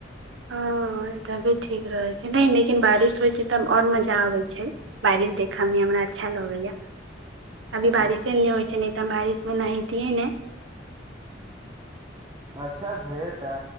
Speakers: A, on the right (about 25°); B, on the right (about 75°).
A: <inaudible>
B: हाँ तभी ठीक रहै छै नहि लेकिन बारिश होइ छै तऽ आओर मजा आबै छै बारिश देखय मे हमरा अच्छा लगैया
A: हँ
B: अभी बारिशे नहि होइ छै नहि तऽ हम बारिश मे नहाेतियै ने
A: अच्छा भेल तऽ